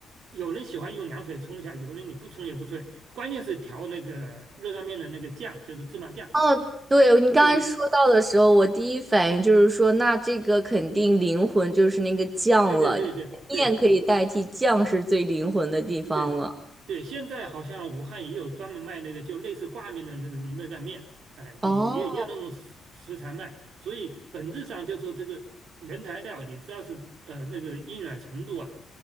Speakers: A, on the right; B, on the right.
A: 有人喜欢用凉水冲一下，有人你不冲也不对，关键是调那个热干面的那个酱，就是芝麻酱。
B: 哦，对，你刚才说到的时候，
A: 对对
B: 我第一反应就是说，那这个肯定灵魂就是那个酱了，
A: 对对对对对，
B: 因为面可以代替酱是最灵魂的地方了。
A: 对对，现在好像武汉也有专门卖那个就类似挂面的那种热干面，哎，就也也有那种食食材卖，
B: 哦
A: 所以本质上就说这个原材料，你只要是呃那个硬软程度啊，